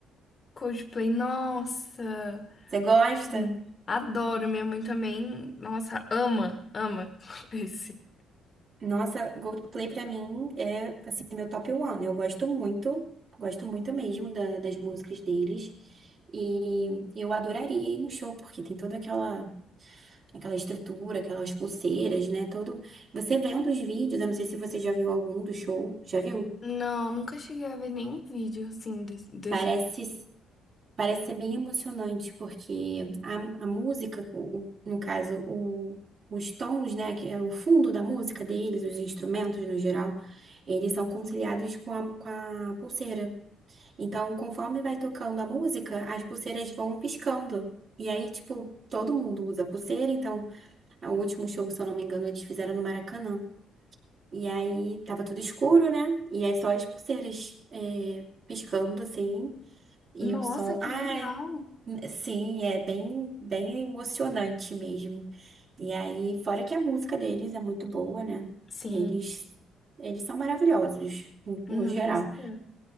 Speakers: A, on the left; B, on the right.
A: Coldplay, nossa,
B: Você gosta?
A: sim, adoro, minha mãe também, nossa, ama, ama <laughs> esse.
B: Nossa, Coldplay pra mim é assim meu top one. Eu gosto muito, gosto muito mesmo da- das músicas deles. E eu adoraria ir no show, porque tem toda aquela aquela estrutura, aquelas pulseiras, né? Todo. Você vendo os vídeos, eu não sei se você já viu algum do show. Já viu?
A: Não, nunca cheguei a ver nenhum vídeo assim des- desse.
B: Parece Parece ser bem emocionante, porque a, a música, o- o- no caso, o- os tons, né, que é o fundo da música deles, os instrumentos no geral, eles são conciliados
A: Hum.
B: com a, com a pulseira. Então, conforme vai tocando a música, as pulseiras vão piscando. E aí, tipo, todo mundo usa pulseira. Então, o último show, se eu não me engano, eles fizeram no Maracanã. E aí, tava tudo escuro, né? E é só as pulseiras, é, piscando, assim. E
A: Nossa,
B: o som,
A: que
B: ai,
A: legal!
B: sim, é bem, bem emocionante mesmo. E aí, fora que a música deles é muito boa, né?
A: Sim,
B: Eles, eles são maravilhosos, no no
A: nossa.
B: geral.